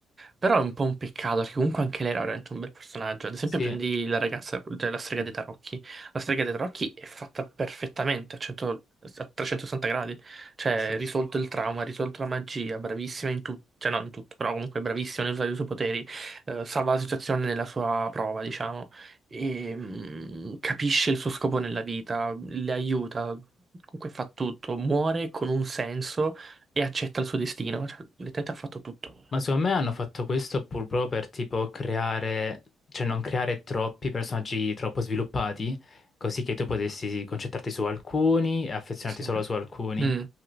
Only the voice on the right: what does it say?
Però è un po' un peccato perché comunque anche lei era veramente un bel personaggio. Ad esempio,
prendi la ragazza, cioè la strega dei tarocchi. La strega dei tarocchi è fatta perfettamente a, 100 a 360 gradi. Cioè,
risolto il trauma, risolto la magia, bravissima in tutto, cioè non in tutto, però comunque bravissima nell'usare i suoi poteri, eh, salva la situazione nella sua prova, diciamo, e mm, capisce il suo scopo nella vita, le aiuta. Comunque fa tutto, muore con un senso e accetta il suo destino. Cioè, letteralmente ha fatto tutto.
Sì.
Mm,